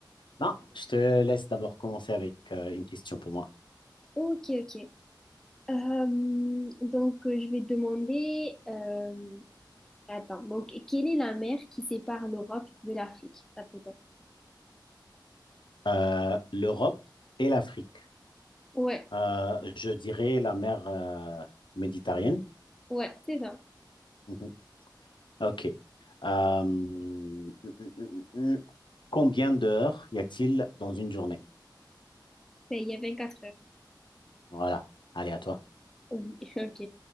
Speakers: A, on the left (about 85°); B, in the centre.
A: Non, je te laisse d'abord commencer avec euh, une question pour moi.
B: Ok, ok. Euh, donc, euh, je vais te demander... euh, Attends, donc, quelle est la mer qui sépare l'Europe de l'Afrique, d'après toi?
A: Euh, l'Europe et l'Afrique.
B: Ouais,
A: Euh, je dirais la mer euh, Méditerranée.
B: ouais, c'est ça.
A: Mhm. OK. Euh, hum, hum, hum, hum. combien d'heures y a-t-il dans une journée?
B: Ben, il y a quatre heures.
A: Voilà. Allez, à toi.
B: Oui, <laughs> ok.